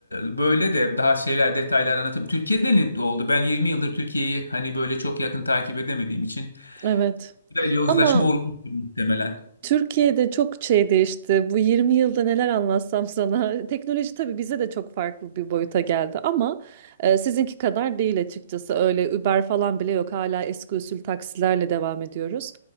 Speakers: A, on the left; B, on the right.
A: e, böyle de daha şeyler detaylar anlatım. Türkiye'de ne oldu? Ben 20 yıldır Türkiye'yi hani böyle çok yakın takip edemediğim için
B: Evet.
A: güzel yozlaşma
B: Ama
A: olmuştur muhtemelen.
B: Türkiye'de çok şey değişti. Bu 20 yılda neler anlatsam sana. <laughs> Teknoloji tabii bize de çok farklı bir boyuta geldi ama e, sizinki kadar değil açıkçası. Öyle Uber falan bile yok. Hala eski usul taksilerle devam ediyoruz.